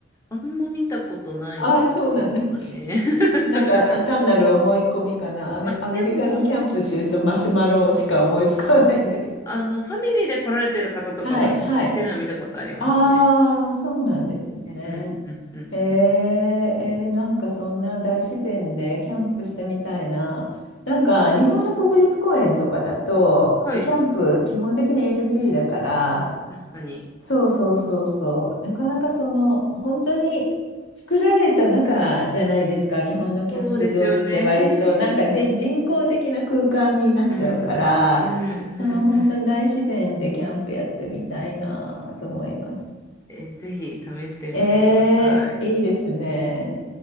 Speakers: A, on the left; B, on the left.
A: あんま見たことないですかね。
B: あ <laughs> あー、そうなんだ。
A: <laughs>
B: なんかあ単なる思い込みかな。アメ、
A: あ、
B: アメリカのキャンプっていうとマシュマロしか思いつかないんだけど。
A: でも、あの、ファミリーで来られてる方とかはし、
B: はいはい。
A: してるの見たことありますね。
B: ああ、そうなんですね。
A: うん、うん、うん、
B: えー、
A: うん。
B: えーなんかそんな大自然でキャンプしてみたいな。なんか日本の国立公園とかだと、
A: はい。
B: キャンプ基本的に NG だから、
A: あ、確かに。
B: そうそうそうそう、なかなかその、本当に作られた中じゃないですか、日本のキャンプ場って割と、
A: そうですよね。
B: なんか人、人工的な空間になっちゃうから、
A: うん、うん、う
B: その本当に大自然でキャンプやってみたいなと思います。
A: ん、うん。えーぜひ試してみてください。
B: えー、いいですね。